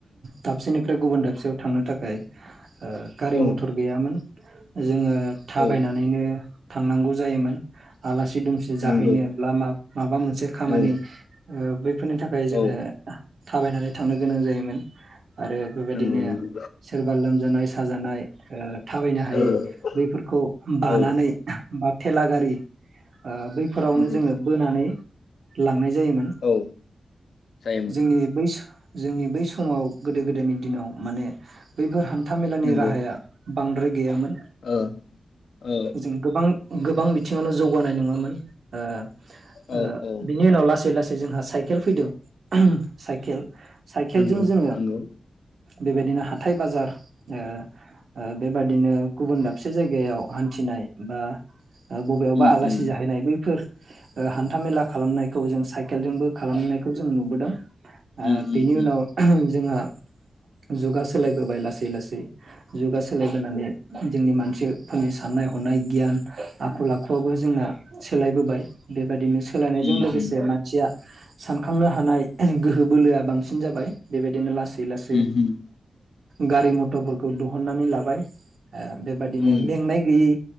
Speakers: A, on the right; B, on the left.
A: दाबसेनिफ्राय गुबुन दाबसेयाव थांनो थाखाय गारि
B: औ
A: मथर गैयामोन जोङो थाबायनानैनो
B: औ
A: थांनांगौ जायोमोन आला सि दुमसि जाहैनोब्ला
B: नंगौ
A: बा माबा मोनसे खामानि
B: औ
A: ओ बैफोरनि थाखाय जोङो
B: औ
A: थाबायनानै थांनो गोनां जायोमोन। आरो बेबायदिनो
B: नंगौ नंगौ
A: सोरबा लोमजानाय साजानाय ओ थाबायनो हायै
B: नंगौ
A: बैफोरखौ बानानै
B: औ
A: बा थेला गारि ओ बैफोरावनो
B: नंगौ
A: जोङो बोनानै लांनाय जायोमोन।
B: औ जायोमोन
A: जोंनि बै जोंनि बै समाव गोदो गोदायनि दिनाव माने बैफोर हा न्थामेलानि
B: नंगौ
A: राहाया बांद्राय गैयामोन।
B: ओ औ
A: जों गोबां गोबां बिथिङावनो जौगानाय नङामोन। ओ ओ
B: औ औ
A: बिनि उनाव लासै लासै जोंहा साइ केल फैदों। साइकेल साइकेलजों
B: नोंगौ
A: जोङो
B: नोंगौ।
A: बेबायदिनो हाथाय बाजार ओ ओ बेबायदिनो गुबुन दाबसे जायगायाव हान्थिनाय बा ओ बबेयावबा
B: उम
A: आलासि
B: उम
A: जाहैनाय बैफोर ओ हान्था मेला खालामनायखौ जों साइकेलजोंबो खालामनायखौ जों नुबोदों। ओ
B: उम
A: बेनि उनाव जोंहा जुगा सोलायबोबाय लासै लासै। जुगा सोलायबोनानै जोंनि मानसिफोरनि साननाय हनाय गियान आखल आखुआबो जोंना सोलायबोबाय। बेबायदिनो सोलायनायजों
B: उम
A: लोगोसे मानसिया सानखांनो हानाय गोहो बोलोआ बांसिन जाबाय बेबायदिनो ला दि लासै
B: उम
A: गारि मटरफोरखौ दहननानै लाबाय। ओ बेबादिनो
B: उम
A: मेंनाय गैयै